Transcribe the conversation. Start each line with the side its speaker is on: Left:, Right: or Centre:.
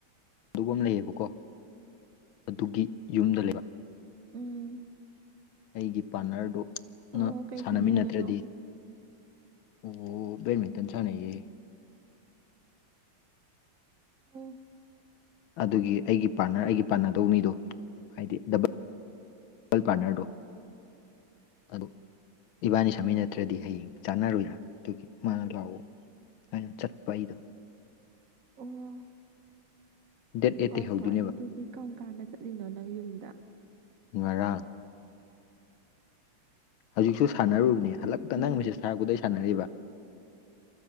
Left: ꯑꯗꯨꯒ ꯑꯃ ꯂꯩꯌꯦꯕꯀꯣ ꯑꯗꯨꯒꯤ ꯌꯨꯝꯗ ꯂꯩꯕ
Right: ꯎꯝ
Left: ꯑꯩꯒꯤ ꯄꯥꯔꯠꯅꯔꯗꯨꯅ
Right: ꯑꯣ ꯀꯩ
Left: ꯁꯥꯟꯅꯃꯤꯟꯅꯗ꯭ꯔꯗꯤ
Right: ꯁꯥꯟꯅꯗꯣꯏꯅꯣ
Left: ꯑꯣ ꯕꯠꯃꯤꯟꯇꯟ ꯁꯅꯌꯦ
Right: ꯑꯣ
Left: ꯑꯗꯨꯒꯤ ꯑꯩꯒꯤ ꯄꯥꯔꯠꯅꯔ ꯑꯩꯒꯤ ꯄꯥꯔꯠꯅꯗꯧꯕ ꯃꯤꯗꯣ ꯍꯥꯏꯗꯤ ꯗꯕꯜ ꯇꯦꯜ ꯄꯟꯅꯔꯣ ꯑ ꯏꯕꯥꯅꯤ
Right: ꯑꯥ
Left: ꯁꯝꯃꯤ ꯅꯠꯇ꯭ꯔꯗꯤ ꯍꯌꯦꯡ ꯆꯥꯟꯅꯔꯣꯏꯔ ꯑꯗꯨꯒꯤ ꯃꯥꯅ ꯂꯥꯛꯑꯣ ꯑꯩꯅ ꯆꯠꯄ ꯑꯩꯗꯣ
Right: ꯑꯥ ꯑꯣ
Left: ꯗꯦꯠ ꯑꯩꯠꯇꯩ
Right: ꯍꯣꯏ
Left: ꯍꯧꯗꯣꯏꯅꯦꯕ
Right: ꯍꯣꯏ ꯑꯗꯨꯗꯤ ꯀꯔꯝ ꯀꯥꯟꯅ ꯆꯠꯂꯤꯅꯣ ꯅꯪ ꯌꯨꯝꯗ
Left: ꯉꯔꯥꯡ ꯍꯧꯖꯤꯛꯁꯨ ꯁꯥꯟꯅꯔꯨꯕꯅꯤ
Right: ꯑꯗꯨꯗꯤ
Left: ꯍꯟꯂꯛꯇ ꯅꯪꯕꯁꯤꯁꯦ ꯁ ꯁꯥꯔꯛꯄꯗꯩ ꯁꯥꯟꯅꯔꯤꯕ